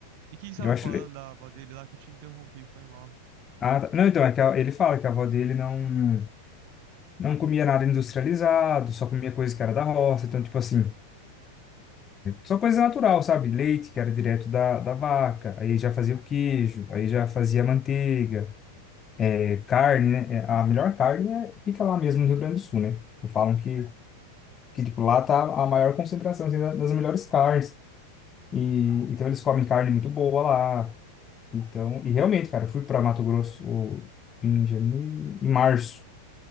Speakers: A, on the right; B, on the left.
A: E o que que você
B: Eu
A: tava
B: acho,
A: falando da avó dele lá que eu te interrompi, foi mal.
B: Ah, tá. Não, então, é que a- ele fala que a avó dele não, não comia nada industrializado, só comia coisa que era da roça, então, tipo assim, só coisa natural, sabe? Leite, que era direto da, da vaca, aí já fazia o queijo, aí já fazia a manteiga, é, carne, né? É, A melhor carne é- fica lá mesmo no Rio Grande do Sul, né? Tipo, falam que, que tipo, lá tá a maior concentração assim, da- das melhores carnes, e então eles comem carne muito boa lá, então, e realmente, cara, eu fui para Mato Grosso o- em janeiro, em março.